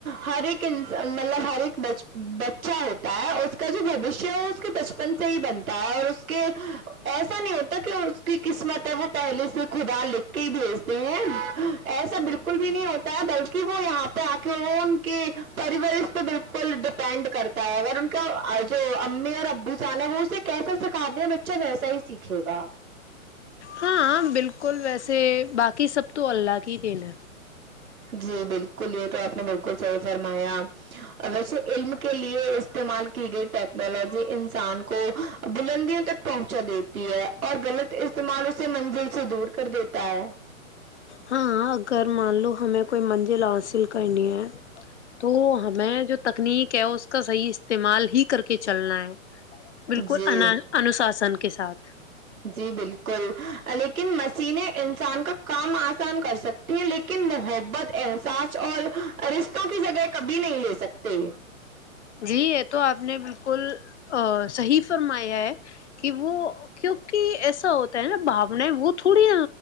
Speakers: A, on the right; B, on the left.
A: ہر ایک انسان مطلب ہر ایک بچ بچہ ہو اس کا جو بھاوشیہ ہے وہ اس کے بچپن سے ہی بنتا ہے اور اس کے ایسا نہیں ہوتا کہ کی قسمت ہے وہ پہلے سے خدا لکھ کے ہی بھیجتے ہیں ایسا بالکل بھی نہیں ہوتا بلکہ کہ وہ یہاں پہ آ کے وہ ان کے پرورش پہ بالکل ڈیپینڈ کرتا ہے اگر ان کا جو امی اور ابو سانے سے کیسا سکھا د ہیں بچہ ویسا ہی سیکھے گا
B: ہاں بالکل ویسے باقی سب تو اللہ کی ہی دین ہے
A: جی بالکل یہ تو آپ نے بالکل صحیح فرمایا ویسے علم کے لیے استعمال کی گئی ٹیکنالوجی انسان کو بلندیوں تک پہنچا دیتی ہے اور غلط استعمال اسے منزل سے دور کر دیتا ہے
B: ہاں اگر مان لو ہمیں کوئی منزل حاصل کرنی ہے تو ہمیں جو تکنیک ہے اس کا صحیح استعمال ہی کر کے چلنا ہے بالکل
A: جی
B: انا انوساسن کے ساتھ
A: جی بالکل لیکن مشینیں انسان کا کام آسان کر سک لیکن محبت احساس اور رشتوں کی جگہ کبھی نہیں لے سکتے
B: جی یہ تو آپ نے بالکل ا صحیح فرمایا ہے کہ وہ کیونکہ ایسا ہوتا ہے نا بھاوناے وہ تھوڑی